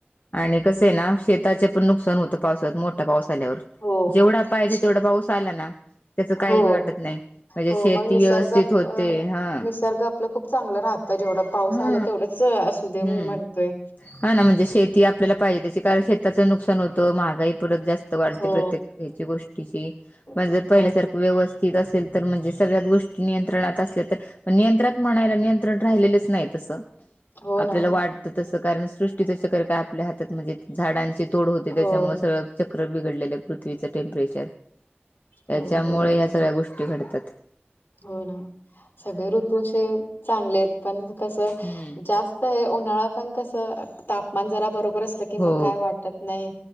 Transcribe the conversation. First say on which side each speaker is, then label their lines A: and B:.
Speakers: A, on the left; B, on the left.
A: आणि कसं आहे ना शेताचे पण नुकसान होतं पावसात. मोठा पाऊस आल्यावर
B: हो
A: जेवढा
B: अच्छा
A: पाहिजे तेवढा पाऊस आला ना. त्याच काही
B: हो
A: बी वाटत नाही. म्हणजे
B: हो
A: शेती
B: मग निसर्ग
A: व्यवस्थित
B: आपलं
A: होते हा.
B: निसर्ग आपलं खूप चांगलं राहतं जेवढं पाऊस
A: हा
B: आला तेवढंच असू दे
A: हम्म
B: मी म्हणतोय
A: हा ना म्हणजे शेती आपल्याला पाहिजे त्याची कारण शे त्याचं नुकसान होतं महागाई परत जास्त वाढते
B: हो
A: प्रत्येक याची गोष्टीची. म्हणजे जर पहिल्यासारखं
B: हो ना
A: व्यवस्थित असेल तर म्हणजे सगळ्यात गोष्टी नियंत्रणात असल्या तर ्रात म्हणाय निंत्रण राहिलं नाही तस
B: हो
A: आपल्याला
B: ना
A: वाटत तस कारण सृष्टी तच्या कर काय आपल्या हातात म्हणजे झाडांचे तोड होते
B: हो
A: त्याच्यामु सगळं चक्र बिघडलेल्या पृथ्वीचं टेम्परेचर. त्याच्यामुळे
B: हो बरोबर
A: ह्या सगळ्या गोष्टी घडत्यात.
B: हो ना सगळे ऋतूे चे चांगले आहेत पण कसं
A: हम्म
B: जास्त तर हे उन्हाळा पण कसं तापमान जरा बरोबरच. की मग
A: हो
B: काय वाटत नाही